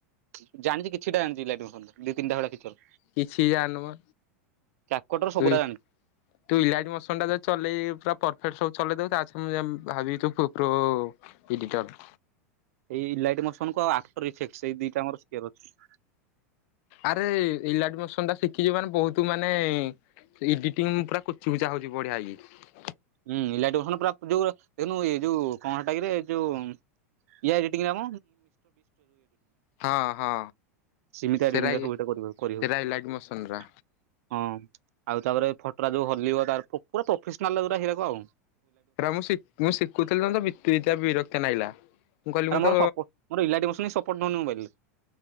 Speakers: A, on the right; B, on the left.
A: ଟା ଜାଣିଛି କିଛିଟା ଜାଣିଛି ଇଲାଇଟ୍ ସ ଦି ନିଟା ଭଳିଆ କିଛି
B: କିଛି ଆଣବ
A: କ୍ୟାପକଟର ସବୁରା
B: ତୁଇ
A: ଜାଣିଛି।
B: ତୁଇଲାଡି ମସନ ଟା ତ ଚଲେଇ ପୁରା ପରଫେକ୍ଟ ସବୁ ଚଲେଇ ଦବୁ ତାଛ ମୁଁ ଭାବିବି ତୁ ପ୍ରୋ ଏଡିଟର୍।
A: ଇ ଲାଇଟ ମସନ କୁ ଆଉ ଆଫଟର ଇଫେଟଇ ଦିଟା ଆମରର ଅଛି।
B: ଆରେ ଇଲାଡି ମସନ ଟା ଶିଖିଛି ମାନେ ବହୁତ ମାନେ ଏଡିଟିଂ ମୁଁ ପୁରା କୁଚିୁଚା ହଉଛି ବଢିଆ ହେଇକି।
A: ହୁଁ ଇଲାଇଟ୍ ପାସନ୍ ଯଉ ତନୁ ଏ ଯୋଉ କଣ ସେଟା କିରେ ଯୋଉ ଇଏ ଏଡିଟିଙ୍ଗ
B: ହଁ ହଁ।
A: ସିମିତିଆ
B: ସେରା
A: ରିଡିଙ୍ଗ
B: ଇ
A: ଦେ କରି କରି
B: ସେରା
A: ହଉଛି ହଁ।
B: ଇଲାଇଟ୍ ମୋସନ ରା
A: ଆଉ ତାପରେ ଫଟରଆ ଯୋଉ ହଲିବ ପୁରା ପ୍ରଫେସନାଲ ଯୌରା କ ଆଉ ସେରକ୍ ଆଉ।
B: ମୁଁ ମୁଁ ଶିଖୁଥିଲି ନା ବିତିବିତା ତ ବିରକ୍ତ ନାଗିଲା। ମୁଁ କହିଲି ମୁଁ
A: ଆ ମୋର
B: ତ
A: ସପୋଟ ମୋରଇିଲାଟିୋ ସପୋର୍ଟ ଦଉନି ମୋବାଇଲ୍ ରେ।